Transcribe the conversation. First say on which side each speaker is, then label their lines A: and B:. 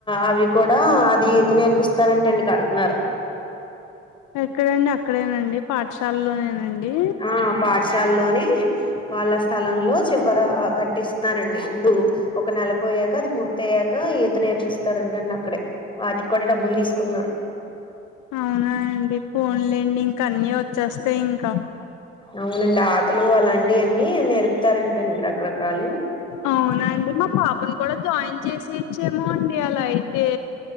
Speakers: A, on the left; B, on the left.
A: అవి కూడా అది ఈత నేర్పిస్తారంటండి కడుతున్నారు
B: ఎక్కడండి అక్కడేనండి పాఠశాలలోనేనండి
A: ఆ పాఠశాల్లోనే వాళ్ళ స్థలంలో చివర కట్టిస్తున్నారండి ఇప్పుడు ఒక నెల పోయాక అది పూర్తి అయ్యాకా ఈత నేర్పిస్తారంటండి అక్కడే వాటికి కూడా డబ్బులు తీసుకున్నారు.
B: అవునా అండి ఫోన్లేండి ఇంక అన్నీ వచ్చేస్తాయ్ ఇంకా
A: అవునండి ఆటలు అలాంటియన్నీ నేర్పుతారంటండి రకరకాలూ
B: అవునండి మా పాపను కూడా జాయిన్ చేసేయచ్చు ఏమో అండి అలా అయితే